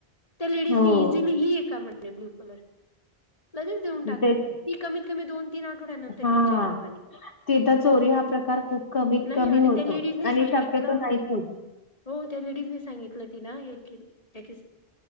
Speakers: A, on the left; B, on the left.
A: त्या लेडीज
B: हो.
A: इझिली हि आहे का म्हणणे ब्लू कलर. लगेच देऊन टाकली
B: तेच
A: ती कमीत कमी दोन तीन आठवड्यानंतर
B: हां.
A: विचारली मणे.
B: तिथं चोरी हा प्रकार खूप कमीत
A: नाही
B: कमी
A: आणि
B: होतो
A: त्या लेडीजने
B: आणि
A: सांगितलं
B: शक्यतो नाही प.
A: हो त्या लेडीज सांगितलं तिला येईल कि त्या